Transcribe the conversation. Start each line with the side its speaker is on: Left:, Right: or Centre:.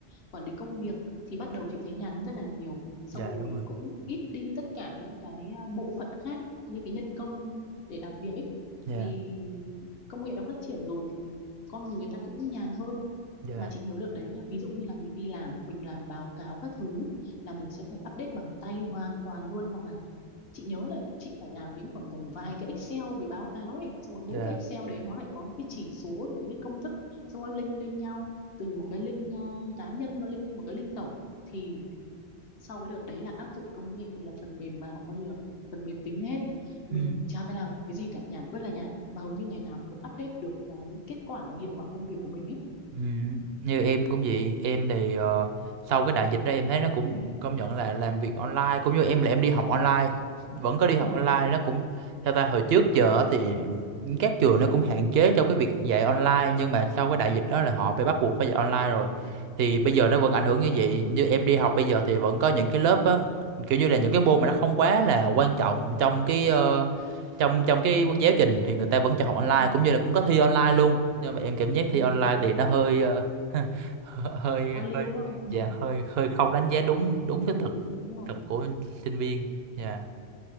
Left: quản lý công việc thì bắt đầu chị thấy nhàn hơn rất là nhiều xong
Right: dạ
Left: rồi
Right: đúng rồi
Left: cũng ít đi tất cả những cái à, bộ phận khác những cái nhân công để làm việc ấy
Right: dạ
Left: vì công nghệ nó phát triển rồi thì con người người ta cũng nhàn hơn
Right: dạ
Left: mà chị nhớ được đấy nha ví dụ như là mình đi làm mình làm báo cáo các thứ là mình sẽ phải update bằng tay hoàn toàn luôn hoặc là chị nhớ là chị phải làm đến khoảng tầm vài cái Excel về báo cáo ấy xong rồi mỗi
Right: dạ
Left: cái Excel đấy nó lại có những cái chỉ số rồi những cái công thức xong rồi link lên nhau từ một cái link ờ, cá nhân nó link lên một cái link tổng thì sau cái đợt đấy là áp dụng công nghệ là phần mềm vào coi như là phần mềm tính hết mình
Right: ừ
Left: chả phải làm cái gì cả nhàn ơi là nhàn mà hầu như ngày nào mình cũng update được cái kết quả và hiệu quả công việc của mình ấy
Right: ừ như em cũng vậy em thì ờ, sau cái đại dịch đó em thấy nó cũng công nhận là làm việc online cũng như em là em đi học online vẫn có đi học
Left: ừ.
Right: online nó cũng theo ta hồi trước giờ á thì các trường nó cũng hạn chế trong cái việc dạy online nhưng mà sau cái đại dịch đó là họ phải bắt buộc phải dạy online rồi thì bây giờ nó vẫn ảnh hưởng như vậy như em đi học bây giờ thì vẫn có những cái lớp á kiểu như là những cái môn mà nó không quá là quan trọng trong cái ờ, trong trong cái giáo trình thì người ta vẫn cho học online
Left: Ừ.
Right: cũng như là cũng có thi online luôn nhưng mà em cảm giác thi
Left: ừ.
Right: online thì nó hơi ờ, <laughs> hơi
Left: quan liêu
Right: hơi
Left: không
Right: dạ hơi hơi không đánh giá đúng đúng
Left: ừ
Right: cái thực
Left: đúng rồi
Right: thực của sinh viên dạ